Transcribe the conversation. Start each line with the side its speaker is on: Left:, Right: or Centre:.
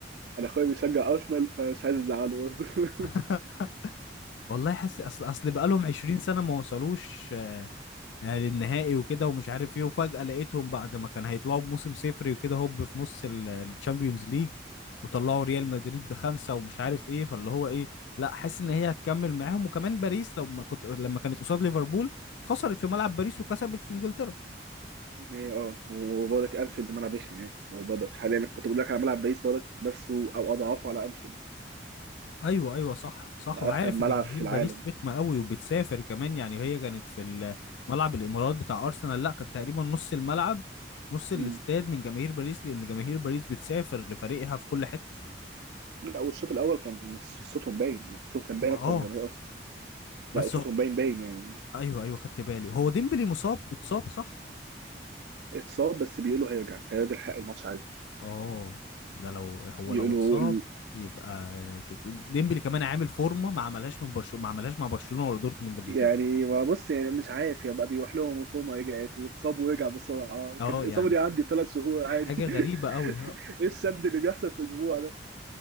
Right: انا اخويا بيشجع ارسنال فمش عايز ازعله برضه <laughs>
Left: <laughs> والله حاسس اصل اصل بقالهم 20 سنة ما وصلوش آه، آه، للنهائي وكده ومش عارف ايه وفجأة لقيتهم بعد ما كان هيطلعوا بموسم صفري وكده هوب في نص الشامبيونز ليج وطلعوا ريال مدريد بخمسة ومش عارف ايه فاللي هو ايه لا حاسس ان هي هتكمل معاهم وكمان باريس لما كنت لما كانت قصاد ليفربول خسرت في ملعب باريس وكسبت في انجلترا
Right: هي اه وبرضك انفيلد ملعب رخم يعني برضك حاليا كنت بقول لك على ملعب بيس برضك نفسه او اضعافه على انفيلد
Left: ايوه ايوه صح صح
Right: واخم
Left: وعارف
Right: ملعب
Left: ان جماهير
Right: في العالم
Left: باريس رخمه قوي وبتسافر كمان يعني هي كانت في ال- ملعب الامارات بتاع ارسنال لا كانت تقريبا نص الملعب نص الاستاد
Right: مم.
Left: من جماهير باريس لان جماهير باريس بتسافر لفريقها في كل حته
Right: لا والشوط الاول كان صوتهم باين يعني صوتهم كان باين
Left: ما
Right: اكتر
Left: اه
Right: من جماهير ارسنال
Left: بس
Right: لا وصوتهم
Left: هو...
Right: باين باين يعني
Left: ايوه ايوه خدت بالي هو ديمبلي مصاب اتصاب صح
Right: اتصاب بس بيقولوا هيرجع هيرجع حق الماتش عادي
Left: اه ده لو هو
Right: بيقولوا
Left: لو اتصاب يبقى كده ديمبلي كمان عامل فورمه ما عملهاش من برشلونه ما عملهاش مع برشلونه ولا دورتموند قبل
Right: يعني
Left: كده
Right: ما بص يعني مش عارف يبقى بيروح لهم وفوما رجعت واتصاب ورجع بسرعه
Left: اه
Right: كان الاصابه
Left: يعني
Right: دي
Left: ك-
Right: عندي ثلاث شهور
Left: حاجه
Right: عادي
Left: غريبه
Right: <laughs>
Left: قوي
Right: ايه الشد اللي بيحصل في اسبوع ده